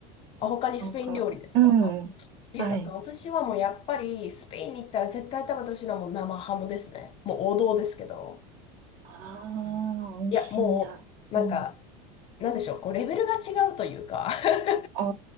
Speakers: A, on the left; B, on the right.
A: あ、他にスペイン料理ですか
B: なんか、うん。
A: え、
B: はい。
A: なんか私はもうやっぱりスペインに行ったら絶対食べてほしいのはもう生ハムですね。もう王道ですけど。
B: あ
A: うんいや、
B: あ、美味しいんだ。
A: もう、なんか、
B: うん。
A: なんでしょう、こう、レベルが違うというか、<laughs>
B: ああ、